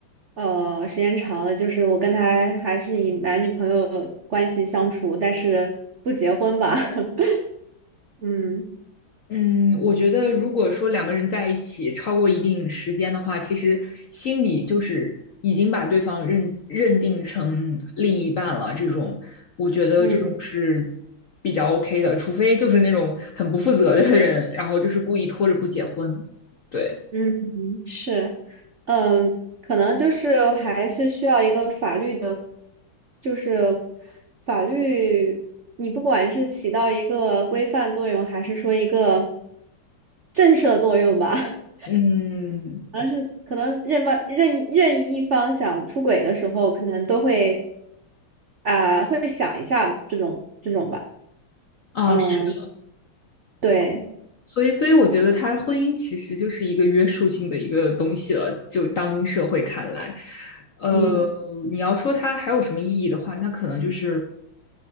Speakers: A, on the right (about 70°); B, on the left (about 65°).
A: 呃，时间长了，就是我跟他还是以男女朋友关系相处，但是不结婚吧。<laughs> 嗯
B: 嗯，我觉得如果说两个人在一起超过一定时间的话，其实心里就是已经把对方认认定成另一半了。这种，我觉得这种是
A: 嗯
B: 比较 OK 的，除非就是那种很不负责的人，然后就是故意拖着不结婚。对，
A: 嗯，嗯是，嗯，可能就是还是需要一个法律的，就是法律，你不管是起到一个规范作用，还是说一个震慑作用吧。<laughs>
B: 嗯，
A: 而是可能任吧任意任意一方想出轨的时候，可能都会啊、会想一下这种这种吧。
B: 啊，
A: 嗯，
B: 是的，
A: 对，
B: 所以，所以我觉得他婚姻其实就是一个约束性的一个东西了，就当今社会看来。呃，
A: 嗯
B: 你要说它还有什么意义的话，那可能就是